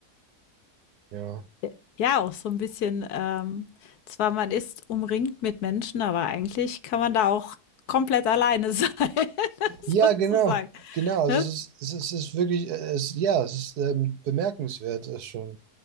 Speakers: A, on the right; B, on the left.
A: ja.
B: j ja, auch so ein bisschen, ähm zwar man ist umringt mit Menschen, aber eigentlich kann man da auch komplett alleine sein, <laughs>
A: Ja,
B: sozusagen,
A: genau, genau. Also
B: ne?
A: es ist, es ist, es ist wirklich, äh, es, ja, es ist ähm, bemerkenswert äh, schon.